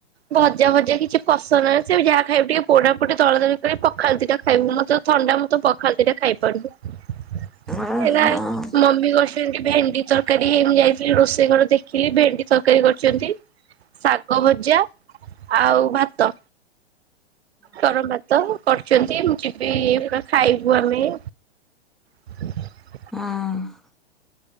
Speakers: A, on the right; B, in the centre.
A: ଭଜା ଭଜା କିଛି ପସନ୍ଦ <unintelligible> ସେ ବି ଯାହା ଖାଇବୁ ଟିକେ ପୋଡା ପୋଡି ଦଲା ଦଳି କରି ପଖାଳ ଦିଟା ଖାଇବୁ, ମତେ ତ ଥଣ୍ଡା ମୁ ତ ପଖାଳ ଦିଟା ଖାଇପାଡ଼ବୁ
B: ହଁ
A: ଏଇନା
B: ହଁ
A: ମମି ବସ୍ ଭେଣ୍ଡି ଭେଣ୍ଡି ତରକାରୀ ହେଇମି ଯାଇଥିଲି ରୋଷେଇ ଘର ଦେଖିଲି ଭେଣ୍ଡି ତରକାରୀ କରିଛନ୍ତି। ଶାଗ ଭଜା, ଆଉ ଭାତ, ଗରମ ଭା ତ କରଛନ୍ତି, ମୁ ଯିବି ଖାଇବୁ ଆମେ। ହୁଁ
B: ହଁ, <unintelligible>